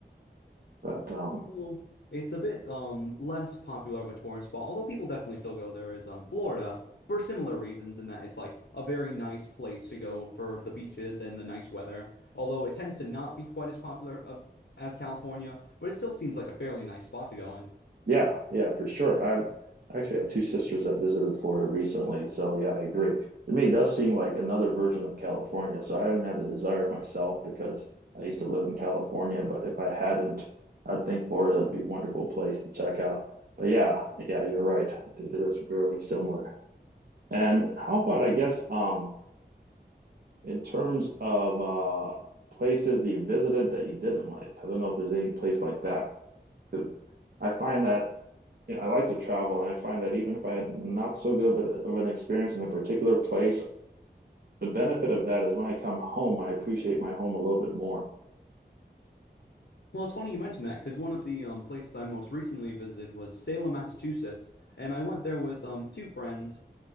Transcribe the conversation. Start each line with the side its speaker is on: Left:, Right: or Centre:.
Right: but um,
Left: Well, it's a bit um less popular of a tourist spot, although people definitely still go there is um Florida for similar reasons in that it's like a very nice place to go for the beaches and the nice weather. Although it tends to not be quite as popular of, as California, but it still seems like a fairly nice spot to go in.
Right: yeah, yeah, for sure. I've I actually have two sisters that visited Florida recently, so yeah, I agree. To me, it does seem like another version of California. So I haven't had the desire myself because I used to live in California, but if I hadn't, I'd think Florida would be a wonderful place to check out. But yeah, yeah, you're right. It is fairly similar. And how about, I guess, um, In terms of uh, places that you visited that you didn't like, I don't know if there's any place like that. 'Cause I find that you know, I like to travel, and I find that even if I had not so good of, a, of an experience in a particular place, the benefit of that is when I come home, I appreciate my home a little bit more.
Left: Well, it's funny you mentioned that because one of the um places I most recently visited was Salem, Massachusetts, and I went there with um two friends.